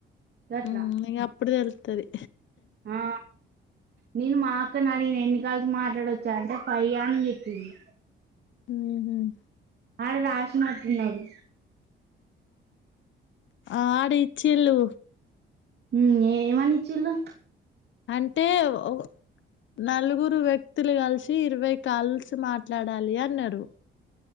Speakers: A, on the right (about 55°); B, on the left (about 70°).
A: గట్లా
B: ఉమ్, ఇంక అప్పుడు తెలుస్తుంది
A: ఆ నేను మా అక్కను అడిగిన ఎన్నికల్సి మాట్లాడవచ్చా అంటే ఫైవ్యా అని చెప్పింది
B: ఉమ్ హ్మ్
A: ఆడ రాశినట్టున్నావ్
B: ఆడ ఇచ్చిలుు
A: ఉమ్ ఎ ఏమని ఇచిల్లు
B: అంటే ఒ నలుగురు వ్యక్తులు కలిసి ఇరవై కాల్స్ మాట్లాడాలి అన్నారు